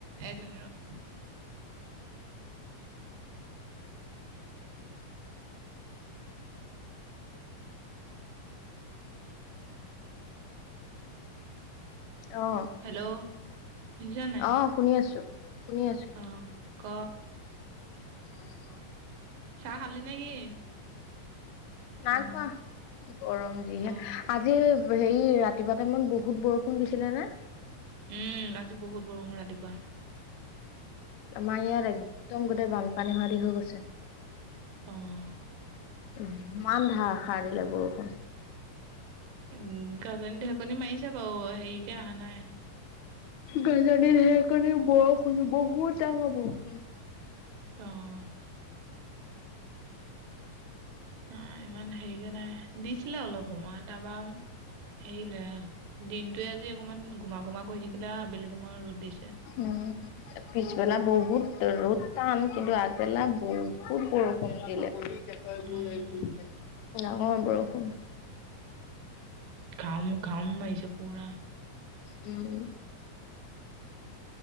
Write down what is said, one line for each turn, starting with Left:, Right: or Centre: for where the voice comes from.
Right: এক মিনিট ৰ
Left: অ
Right: হেল্ল শুনিছ নাই?
Left: অ' শুনি আছোঁ, শুনি আছোঁ
Right: অ' ক
Left: <unintelligible>
Right: চাহ খালি নেকি?
Left: নাখোৱা
Right: অ
Left: গৰম যিহে
Right: অ
Left: আজি হেৰি ৰাতি পুৱা টাইমত বহুত বৰষুণ দিছিলে নে
Right: উম' আজি বহুত বৰষুণ ৰাতিপুৱা
Left: আমাৰ ইয়াত একদম গোটেই বানপানী হোৱা দি হৈ গৈছে
Right: অঁ
Left: উমমান ধাৰসাৰ দিলে বৰষুণ
Right: উম গাজনী ঢেকনি মাৰিছে বাৱ হেৰিকে অহা নাই
Left: গাজনি, ধেৰেকনি, বৰষুণ বহুত ডাঙৰ বৰষুণ
Right: অ মাই ইমান হেৰিকে নাই, দিছিলে অলপ সময় তাপা এৰিলে, দিনটোয়ে আজি অকনমান গোমা- গোমা কৰি থাকিলে আৱ আবেলি সময়ত ৰ'দ দিছে।
Left: উম পিছবেলা বহুত ৰ'দ টান কিন্তু আগবেলা বহুত বৰষুণ দিলে ডাঙৰ
Right: উম
Left: বৰষুণ
Right: খাওম খাওম মাৰিছে পূৰা
Left: উম